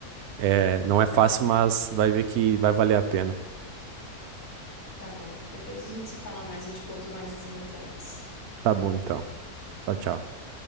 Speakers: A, on the right; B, on the left.
A: é, não é fácil, mas vai ver que vai valer a pena.
B: Tá bom. Depois a gente se fala mais, eu te conto mais as novidades.
A: Tá bom, então. Tchau, tchau.